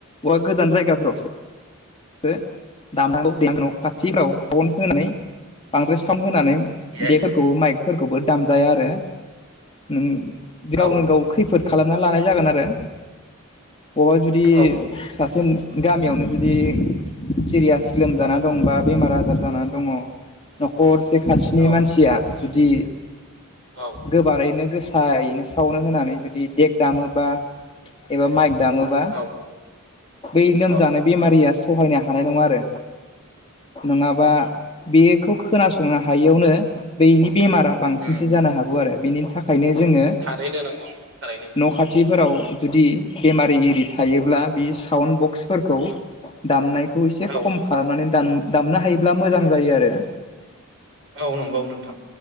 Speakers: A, on the left; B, on the right.
A: बा गोजान जायगाफोराव बो दामनांगौ
B: उम
A: <unintelligible> खाथिफ्राव बन होनानै बांद्राय साउन्ड होनानै
B: येस
A: देगफोरखौ माइकफोरखौबो दाम जाया आरो नों
B: औ
A: गावनो गाव खैफोद खालामना लानाय जागोन आरो बबावबा जुदि
B: औ
A: सासे नो गामियावनो जुदि सिरियास लोमजाना दं बा बेमार आजार जानानै दङ न'खरसे खान्थिनि
B: औ
A: मानसिया जुदि
B: औ
A: गोबारैनो गोसायैनो सावन्द होनानै जुदि देग दामोबा एबा माइक दामोबा
B: औ
A: बै लोमजानाय
B: औ
A: बेमारिया सहायनो हानाय नङा आरो नङाबा बेखौ खोनासंनो हायियावनो बेनि बेमारा बां
B: उम
A: सिन जानो हागौ आरो बिनि थाखायनो जोङो
B: थारैनो नंगौ नोंथां थारैनो
A: न' खाथि खाथिफोराव जुदि बेमारि एरि थायोब्ला बे साउन्ड बक्स फोरखौ
B: उम
A: दामनायखौ एसे
B: औ
A: खम खालामनानै दाम दामनो हायोब्ला मोजां जायो आरो
B: औ नंगौ नंगौ